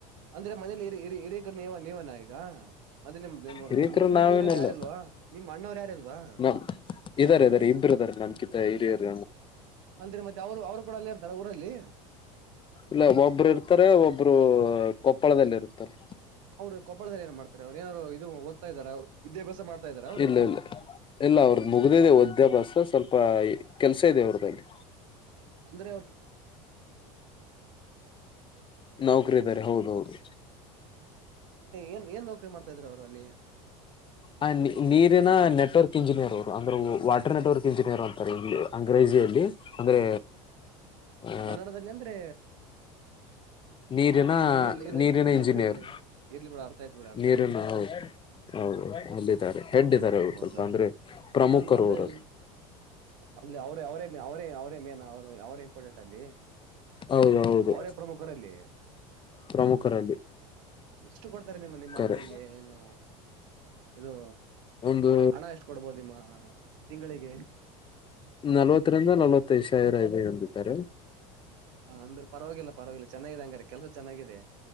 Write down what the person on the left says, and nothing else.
ಹಿರಿತರು
ನಾವೇನಲ್ಲ
ನಮ್ ಇದಾರೆ ಇದಾರೆ ಇಬ್ರು ಇದದಾರೆ ನಮ್ ಕಿತ್ತ ಹಿರಿಯರು
ಇಲ್ಲ ಒಬ್ಬರು ಇರ್ತಾರೆ ಒಬ್ರು ಕೊಪ್ಪಳದಲ್ಲಿ ಇರ್ತಾರೆ
ಇಲ್ಲ ಇಲ್ಲ. ಎಲ್ಲ ಅವ್ರದ ಮುಗ್ದಿದೆ ವದ್ಯಾಭಾಸ ಸ್ವಲ್ಪ ಕೆಲ್ಸ ಇದೆ ಅವರದಲ್ಲಿ.
ನೌಕರಿ ಇದ್ದಾರೆ ಹೌದೌದು
ಆ ನೀ ನೀರಿನ ನೆಟ್ವರ್ಕ್ ಇಂಜಿನಿಯರ್ ಅವ್ರು ಅಂದ್ರೆ ವಾಟರ್ ನೆಟ್ವರ್ಕ್ ಇಂಜಿನಿಯರ್ ಅಂತಾರೆ ಇ ಅಂಗ್ರೇಜಿ ಅಂದ್ರೆ ಆ
ನೀರಿನ
ನೀರಿನ
ಇಂಜಿನಿಯರ್
ನೀರಿನ
ಹೌದು ಹೌದ ಅಲ್ಲಿದ್ದಾರೆ ಹೆಡ್
ಇದಾರೆ ಅವರು
ಸ್ವಲ್ಪ ಅಂದ್ರೆ ಪ್ರಮುಖರು
ಅವರು
ಹೌದು ಹೌದು
ಪ್ರಮುಖರಲ್ಲಿ
ಕರೆ
ಒಂದು
ನಲ್ವತ್ತರಿಂದ ನಲವತ್ತ ಐದ್ ಸಾವಿರ ಇದೇ ಅಂದಿದ್ದಾರೆ.